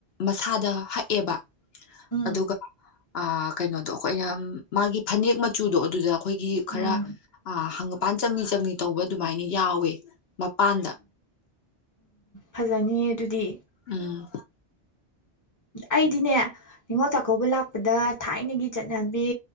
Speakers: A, on the left (about 70°); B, on the left (about 20°).
A: ꯃꯁꯥꯗ ꯍꯛꯑꯦꯕ
B: ꯎꯝ
A: ꯑꯗꯨꯒ ꯀꯩꯅꯣꯗꯣ ꯑꯩꯈꯣꯏꯅ ꯃꯥꯒꯤ ꯐꯅꯦꯛ ꯃꯆꯨꯗꯣ ꯑꯗꯨꯗ ꯑꯩꯈꯣꯏꯒꯤ
B: ꯎꯝ
A: ꯈꯔ ꯍꯪ ꯄꯥꯟ ꯆꯪꯂꯤ ꯆꯪꯂꯤ ꯇꯧꯕ ꯑꯗꯨꯃꯥꯏꯅ ꯌꯥꯎꯌꯦ ꯃꯄꯥꯟꯗ
B: ꯐꯖꯅꯤꯌꯦ ꯑꯗꯨꯗꯤ
A: ꯎꯝ
B: ꯑꯩꯗꯤꯅꯦ ꯅꯤꯉꯣꯜ ꯆꯥꯛꯀꯧꯕ ꯂꯥꯛꯄꯗ ꯊꯥꯏꯅꯒꯤ ꯆꯠꯅꯕꯤ